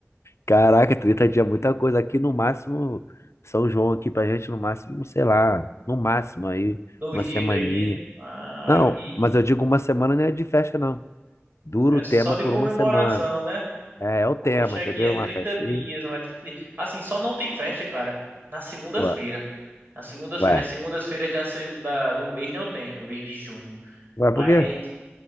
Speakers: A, on the left; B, on the right.
A: Caraca, 30 dias é muita coisa. Aqui no máximo, São João aqui pra gente, no máximo, sei lá, no máximo aí,
B: Dois
A: uma
B: dias,
A: semaninha.
B: três dias. Ah,
A: Não,
B: aqui
A: mas eu digo uma semana não é de festa, não. Dura
B: é
A: o
B: só
A: tema
B: de
A: por
B: comemoração,
A: uma semana.
B: né?
A: É, é o
B: Hoje
A: tema,
B: aqui
A: entendeu?
B: é 30
A: Uma festinha.
B: dias, não é 30 dias. Assim, só não tem festa, cara, na segunda-feira.
A: Ué,
B: Na segunda-feira,
A: ué,
B: nas segundas-feiras da, se- da- do mês não tem, no mês de junho.
A: ué,
B: Mas
A: por quê?